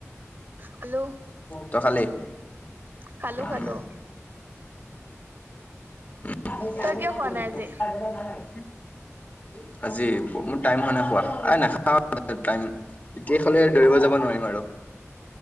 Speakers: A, on the right; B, on the left.
A: হেল্ল'।
B: তই খালি।
A: খালো
B: উম।
A: খালো।
B: <inaudible>
A: তই কিয় খোৱা নাই আজি? <unintelligible>
B: আজি মোৰ টাইম হোৱা নাই খোৱা <unintelligible> এতিয়া খালে দৌৰিব যাব নোৱাৰিম আৰু।